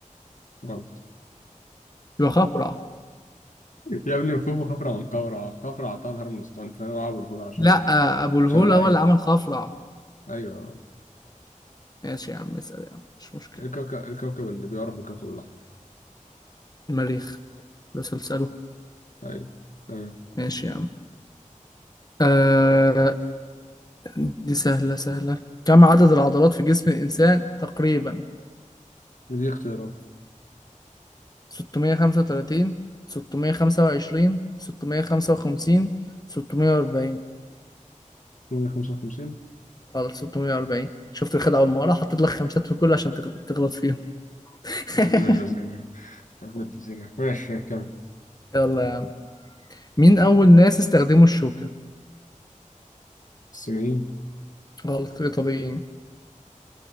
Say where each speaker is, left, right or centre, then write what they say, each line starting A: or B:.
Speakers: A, on the left; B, on the left.
A: غلط
B: يبقى خفرع
A: يا ابني مكتوب خفرع من قورع خفرع عطاها الهرم الاسطاني فانا ابو الهول عشان
B: لا آه أبو الهول
A: عشان العين
B: هو اللي عمل خفرع
A: ايوه
B: ماشي يا عم اسأل يا عم مش مشكلة
A: الكوكب الكوكب اللي بيعرف بالكوكب الأحمر
B: المريخ ده سلسله
A: أيوه تمام
B: ماشي يا عم آه دي سهلة سهلة كم عدد العضلات في جسم الإنسان تقريبا
A: ودي اختيارات
B: 635 625 655 640
A: 155
B: غلط 640 شفت الخدعة والمهارة حطيت لك خمسات في كله عشان تغ- تغلط فيهم
A: يا
B: <laughs>
A: ابن اللذينة يا ابن اللذينة ماشي كمل
B: يلا يا عم مين أول ناس استخدموا الشوكة؟
A: الصينيين
B: غلط الإيطاليين